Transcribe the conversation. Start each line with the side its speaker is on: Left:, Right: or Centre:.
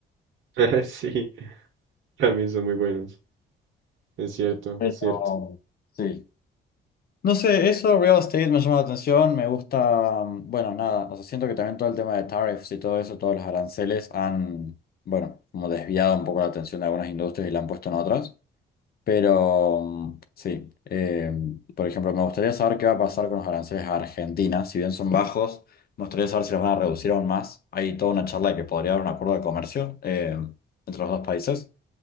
Right: <laughs> Sí, también son muy buenos. Es cierto,
Left: Pero,
Right: es cierto.
Left: sí. No sé, eso real estate me llama la atención, me gusta, mm, bueno, nada, o sea, siento que también todo el tema de tariffs y todo eso, todos los aranceles han, bueno, como desviado un poco la atención de algunas industrias y la han puesto en otras, pero mm, sí, eh, por ejemplo, me gustaría saber qué va a pasar con los aranceles a Argentina, si bien son bajos, me gustaría saber si los van a reducir aún más, hay toda una charla de que podría haber un acuerdo de comercio eh, entre los dos países.